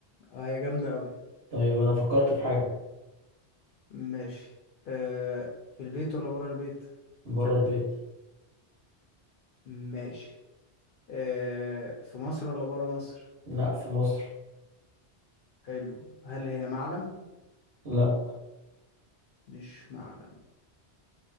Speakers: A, on the left (about 60°); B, on the right (about 60°).
A: اه هي جامدة اوي
B: طيب انا فكرت في حاجة
A: ماشي آه في البيت ولا برا البيت
B: بره البيت
A: ماشي آه في مصر ولا برا مصر
B: لا في مصر
A: حلو هل هي معلم
B: لا
A: مش معلم